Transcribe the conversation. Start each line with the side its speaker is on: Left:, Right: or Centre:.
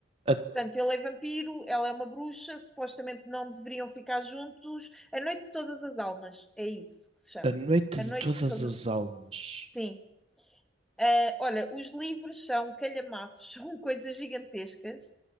Right: A,
Centre: Portanto, ele é vampiro, ela é uma bruxa, supostamente não deveriam ficar juntos. A Noite de Todas as Almas, é isso que se chama.
Right: a noite
Centre: A
Right: de
Centre: Noite
Right: todas
Centre: de Todas.
Right: as almas.
Centre: Sim. Ah, olha, os livros são calhamaços, <laughs> são coisas gigantescas.